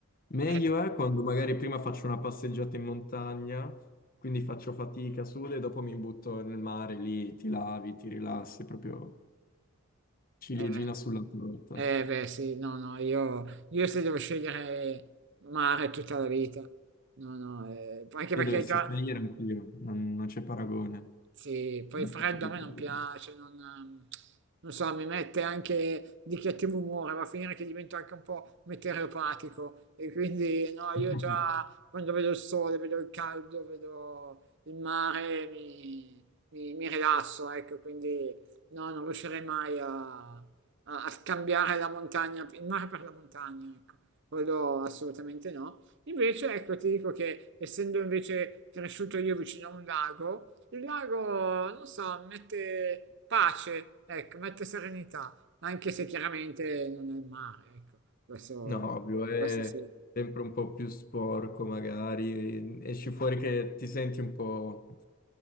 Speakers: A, on the left (about 45°); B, on the right (about 60°).
A: Meglio
B: Eh,
A: è quando magari prima faccio una passeggiata in montagna, quindi faccio fatica, sudo e dopo mi butto nel mare lì, ti lavi, ti rilassi, proprio ciliegina
B: eh,
A: sulla torta.
B: eh, beh, sì, no, no, io, io se devo scegliere mare tutta la vita, no, no, eh, anche
A: Lì
B: perché
A: dovessi
B: già,
A: scegliere anch'io, non, non c'è paragone.
B: Sì, poi
A: Non
B: il freddo
A: c'è proprio
B: a me
A: paragone.
B: non piace, non, ehm, non so, mi mette anche di cattivo umore, va a finire che divento anche un po' meteoropatico e quindi no, io
A: <laughs>
B: già quando vedo il sole, vedo il caldo, vedo il mare, mi, mi- mi rilasso, ecco, quindi no, non riuscirei mai a, a- a scambiare la montagna, il mare per la montagna, ecco, quello assolutamente no. Invece, ecco, ti dico che essendo invece cresciuto io vicino a un lago, il lago, non so, mette pace, ecco, mette serenità, anche se chiaramente non è il mare, ecco, questo,
A: No, ovvio, è
B: questo sì.
A: sempre un po' più sporco magari, esci fuori che ti senti un po'